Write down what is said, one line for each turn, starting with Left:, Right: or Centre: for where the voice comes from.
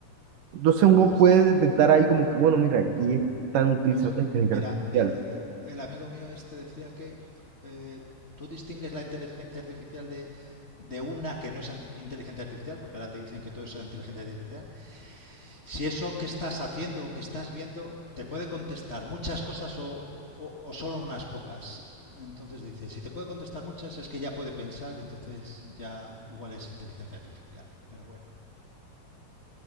Right: Entonces uno
Left: puede ser.
Right: puede detectar ahí como que, bueno, mira, aquí están utilizando
Left: Pues
Right: inteligencia
Left: mira,
Right: artificial.
Left: eh, eh, el amigo mío este decía que eh, tú distingues la inteligencia artificial de, de una que no es ant- inteligencia artificial, porque ahora te dicen que todo es inteligencia artificial, si eso que estás haciendo o que estás viendo te puede contestar muchas cosas o, o, o solo unas pocas. Entonces dice, si te puede contestar muchas es que ya puede pensar, entonces ya igual es inteligencia artificial. Pero bueno.